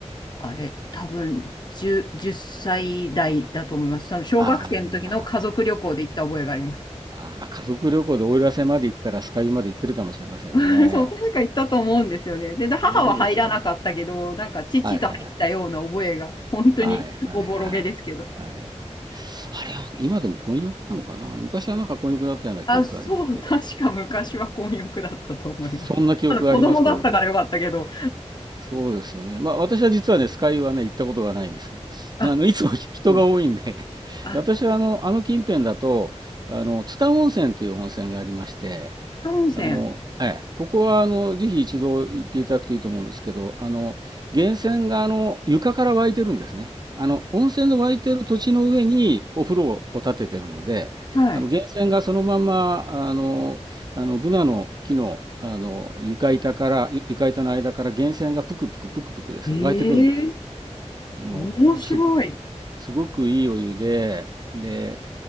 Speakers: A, on the left; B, on the right.
A: あれ、多分10、歳代だと思います。その小学生の時の家族旅行で行った覚えがあります。
B: ああ。ああ、家族旅行で奥入瀬まで行ってたら、酸ヶ湯まで行ってるかもしれませんね。
A: <laughs> そう、確か行ったと思うんですよね。で、で母は入らなかったけど、
B: そうですかね。
A: なんか父と入ったような覚えが、
B: はいはい。
A: 本当におぼろげですけど。
B: はいはいはい。はい。あれは今でも混浴なのかな昔はなんか混浴だったような記憶がありますけど。
A: あ、そう、確か昔は混浴だったと思います。
B: そんな記憶がありますけどね。
A: <laughs> ただ子供だったからよかったけど、
B: そうですよね。まあ私は実はね、酸ヶ湯はね、行ったことがないんですね。<laughs>
A: あ、
B: あの、いつも <laughs> 人が多いんで私はあの、
A: うんあ、
B: あの近辺だと、あの、津田温泉っていう温泉がありまして、
A: 草温泉。
B: あの、ええ、ここはあのぜひ一度行っていただくといいと思うんですけど、あの源泉があの床から湧いてるんですね。あの温泉の湧いてる土地の上にお風呂を建ててるので、
A: はい。
B: あの源泉がそのままあのあのブナの木の、あの床板からゆ床板の間から源泉がぷくぷくぷくぷくですね湧いてくるんです。
A: ええ
B: あのすご
A: 面白い。
B: すごくいいお湯で、で、